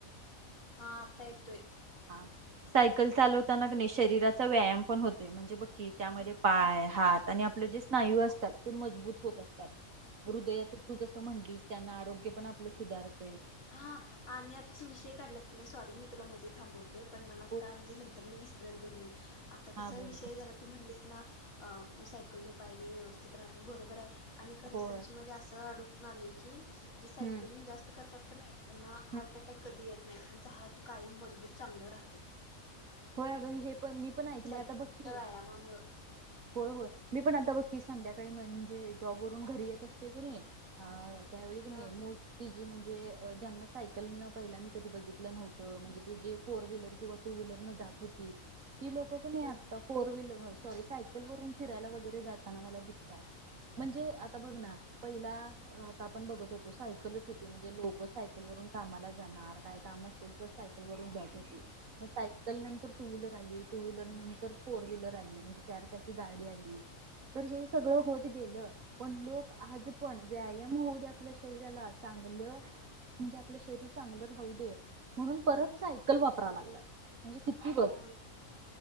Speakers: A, on the left; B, on the right.
A: हा आता येतोय.
B: हा सायकल चालवताना कनी शरीराचा व्यायाम पण होतय म्हणजे बघ कि त्यामध्ये
A: हा
B: पाय हात आणि आपलं जे स्नायू असतात ते मजबूत
A: हम्म
B: हो असतात
A: हम्म
B: हृदयाच तूजसं म्हणलीस त्यांना आरोग्य पण आपलं सुधारत.
A: हा आणि आता तू विषय काढलास का नाही सॉरी मी तुला मध्ये थांबवते पण मला आता
B: बोल
A: म्हणजे नंतर विसराल ग मी आता
B: हा
A: कसाय
B: बोल
A: विषय झाला. तू म्हणलीस ना अ सायकल न पाय ब व्यवस्थित राहतात बरोबर आहे. आणि एका रिसर्च
B: होय.
A: मध्ये असं आढळून आलंय की जे सायकलिंग
B: हम्म
A: जास्त करतात क नाय ना हार्ट
B: हम्म.
A: अटॅक कधी येत नाही त्यांच हार्ट कायम मजबूत चांगलं राहतय
B: होय अग मी हे पण मी पण ऐकले
A: सायकलिंगच्या
B: आता बघकी
A: व्यायामामुळं
B: होय होय मी पण आता बघकी संध्याकाळी म्हणजे जॉब वरून घरी येत असतोय की नाही हा त्यावेळी क नाही
A: ना
B: मू ती जी म्हणजे ज्यांना सायकलनं पहिला मी कधी बघितलं नव्हतं म्हणजे जे फोर व्हीलर किंवा टू व्हीलर न हूतीतं ती लोकं कणी
A: हम्म
B: आता फोर व्हीलर होय सॉरी सायकल वरून फिरायला वगैरे जाताना मला दिसतात म्हणजे आता बघ ना पहिला आता आपण बघत होतो सायकलच होती म्हणजे लोक सायकल वरून कामाला जाणार काय काम असेल तर सायकल जात हो मस्त नंतर टू व्हीलर आली टू व्हीलर नंतर फोर व्हीलर आली म्हणजे चार चाकी गाडी आली तर हे सगळं होत गेलं पण लोक आज पण व्यायाम होऊ द्या आपल्या शरीराला चांगलं म्हणजे आपलं शरीर चांगलं राहू दे म्हणून परत सायकल वापरा लागलात म्हणजे किती बघ
A: होय